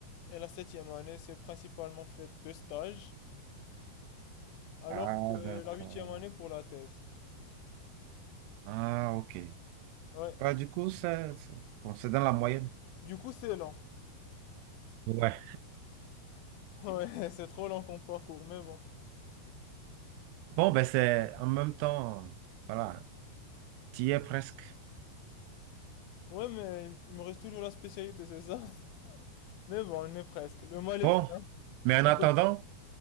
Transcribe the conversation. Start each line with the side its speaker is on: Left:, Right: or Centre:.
Left: Et la septième année, c'est principalement fait de stages, alors
Right: Ah,
Left: que
Right: d'accord.
Left: la huitième année pour la thèse.
Right: Ah, ok.
Left: Ouais.
Right: Bah, du coup, ça, c'est bon, c'est dans la moyenne.
Left: Du coup, c'est lent.
Right: Ouais.
Left: <laughs> Ouais, c'est trop lent comme parcours, mais bon.
Right: Bon, ben c'est en même temps, voilà, tu y es presque.
Left: Ouais, mais il me reste toujours la spécialité, c'est ça? <laughs> Mais bon, on est presque. Le mal
Right: Bon,
Left: est fait. hein.
Right: mais en
Left: On
Right: attendant,
Left: peut pas.